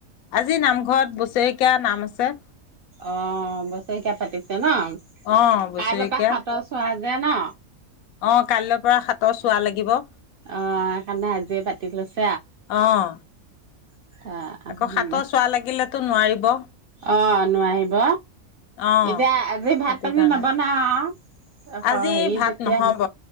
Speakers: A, on the left; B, on the right.
A: আজি নামঘৰত বছেৰেকীয়া নাম আছে।
B: অ বছৰেকীয়া পাতিছে ন।
A: অ বছেৰেকীয়া
B: কাইলৈৰ পৰা হাতৰ চোৱা দিয়ে ন?
A: অ কাইলৈ পৰা হাতৰ চোৱা লাগিব।
B: অ সেইকাৰণে আজিয়ে পাতি লৈছো।
A: অঁ।
B: আৰু
A: আকৌ হাতৰ চোৱা লাগিলেতো নোৱাৰিব।
B: অ নোৱাৰিব।
A: অ
B: এতিয়া আজি ভাত
A: সেইটো
B: পানী
A: কাৰণে
B: নবনাও
A: আজি
B: হেৰি
A: ভাত
B: যেতিয়া
A: নহ'ব